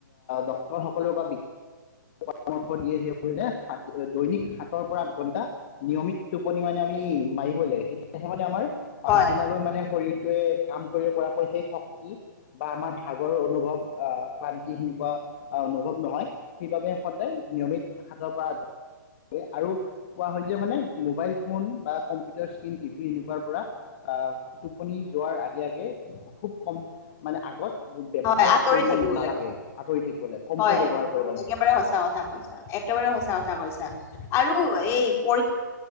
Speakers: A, on the left; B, on the left.
A: ডক্তৰ সকলেও বা পৰামৰ্শ দিয়ে সেই যে দৈনিক হাতৰ পৰা আঠ ঘণ্টা নিয়মিত টোপনি মানে আমি মাৰিবই লাগে এতিয়াহে মানে আমাৰ পাচ
B: হয়
A: দিনলৈ মানে শৰীৰটোৱে কাম কৰিব পৰাকৈ সেই শক্তি বা আমাৰ ভাগৰ অনুভৱ আহ ক্লান্তি সনেকুৱা অনুভৱ নহয় সেইবাবে সদায় নিয়মিত হাতৰ পৰা আৰু কোৱা হয় যে মানে মোবাইল ফোন বা কম্পিউটাৰ স্ক্ৰীণ টিভি এনেকুৱাৰ পৰা টোপনি যোৱাৰ আগে আগে খুব কম মানে আগত ব্যৱহাৰ
B: হয় আঁতৰি
A: কৰিব
B: থাকিব
A: নালাগে
B: লাগে
A: আঁতৰি থাকিব লাগে কমকৈ
B: হয়
A: ব্যৱহাৰ কৰিব লাগে
B: একেবাৰে সঁচা কথা কৈছা একেবাৰে সঁচা কথা কৈছা আৰু এই পৰি